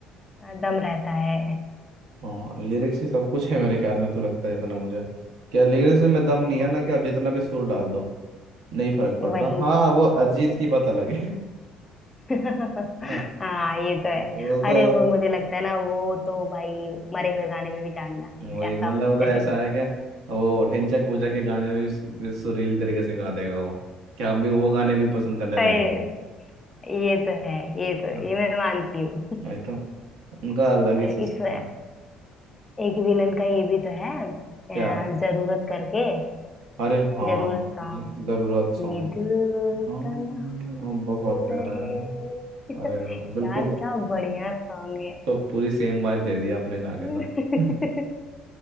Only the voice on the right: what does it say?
हाँ लिरिक्स ही सब कुछ है मेरे ख्याल में तो लगता है जितना मुझे क्या लिरिक्स में दम नहीं
है ना कि आप जितना भी सुर डाल दो नहीं फर्क पड़ता
हाँ
वो अरिजीत की बात अलग है
ना
वो तो
वही
मतलब
वो तो ऐसा
है क्या वो ढिंचैक पूजा के गाने भी सु- सुरीली तरीके से गा देगा वो क्या हम भी वो गाने भी पसंद करने
लगेंगे
हाँ,
वही तो उनका अलग ही
सिस्टम
है
क्या
अरे हाँ
जी, जरूरत सॉन्ग
हाँ,
बहुत
प्यारा
है
अरे वाह, बिल्कुल
तो पूरी सेम वाइब दे दी आपने गा
के तो <laughs>